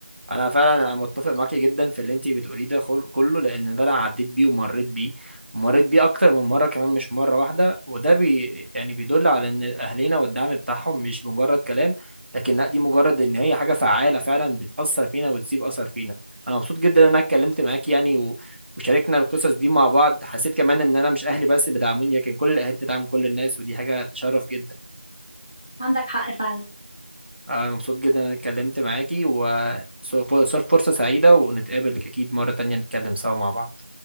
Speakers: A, on the right (about 75°); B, on the left (about 25°).
A: انا فعلا انا متفق معاكي جدا في اللي انت بتقوليه ده خل- كله لان ده انا عديت بيه ومريت بيه ومريت بيه اكتر من مره كمان مش مره واحده وده بي يعني بيدل على ان اهلنا والدعم بتاعهم مش مجرد كلام لكن لا دي مجرد ان هي حاجه فعاله فعلا بتاثر فينا وتسيب اثر فينا انا مبسوط جدا ان انا اتكلمت معاكي يعني و... وشاركنا القصص دي مع بعض حسيت كمان ان انا مش اهلي بس اللي بيدعموني لكن كل الاهالي بتدعم كل الناس ودي حاجه تشرف جدا
B: عندك حق فعلا
A: انا مبسوط جدا ان انا اتكلمت معاكي وصار فرصة سعيدة ونتقابل اكيد مرة تانية نتكلم سوا مع بعض